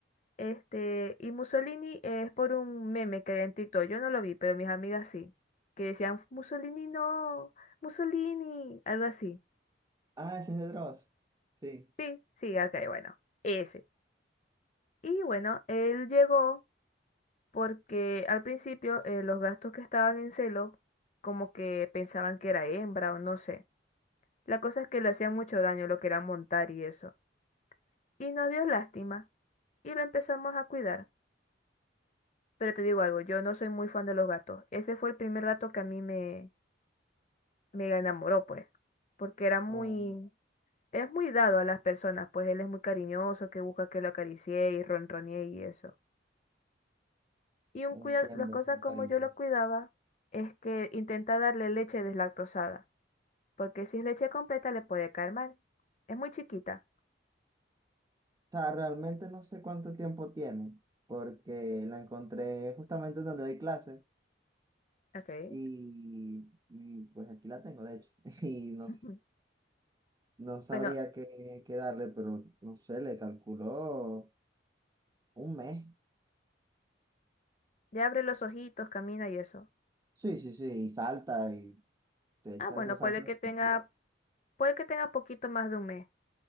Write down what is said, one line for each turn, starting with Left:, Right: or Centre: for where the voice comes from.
Left: Este, y Mussolini es por un meme que había en TikTok. Yo no lo vi, pero mis amigas sí. Que decían, Mussolini no, Mussolini, algo así.
Right: Ah, ese es de Dross. Sí.
Left: Sí, sí, ok, bueno, ese. Y bueno, él llegó porque al principio eh, los gastos que estaban en celo, como que pensaban que era hembra o no sé. La cosa es que le hacían mucho daño lo que era montar y eso. Y nos dio lástima. Y lo empezamos a cuidar. Pero te digo algo, yo no soy muy fan de los gatos. Ese fue el primer gato que a mí me me enamoró, pues, porque era muy,
Right: Oh,
Left: es muy dado a las personas, pues él es muy cariñoso, que busca que lo acaricie y ronronee y eso. Y un
Right: entiendo,
Left: cuida, las cosas como
Right: cariño.
Left: yo lo cuidaba es que intenta darle leche deslactosada, porque si es leche completa le puede caer mal. Es muy chiquita.
Right: O sea, realmente no sé cuánto tiempo tiene, porque la encontré justamente donde doy clases
Left: okay
Right: y, y pues aquí la tengo, de hecho. <laughs> Y no
Left: Ujú.
Right: No sabría
Left: Bueno,
Right: qué, qué darle, pero no sé, le calculó un mes.
Left: ya abre los ojitos, camina y eso.
Right: Sí, sí, sí, y salta y te echa
Left: Ah, bueno,
Right: esos saltos
Left: puede que tenga,
Right: suicidas.
Left: puede que tenga poquito más de un mes.